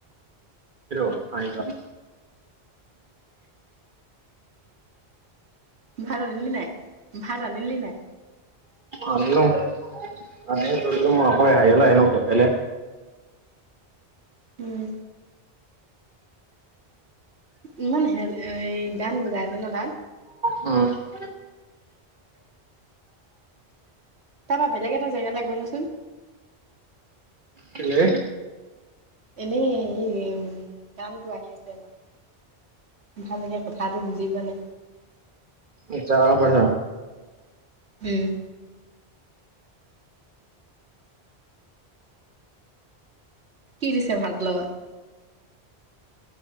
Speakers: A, on the right (about 50°); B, on the right (about 75°).
A: হাঁহি লওক
B: ভাত অনিলি নাই, ভাত আনিলি নাই?
A: আনিলো <unintelligible>
B: উম ইমান হে এ গান বজাই আছে ন তাত?
A: হয়
B: তাৰ পৰা বেলেগ এটা জেগালৈ গৈ ল চোন।
A: কেলে
B: এনেই হেৰি উম গানটো আহি আছে মানে। ভালকে কথাটো বুজি পোৱা নাই।
A: এতিয়া কা পাইছ?
B: উম কি দিছে ভাতৰ লগত?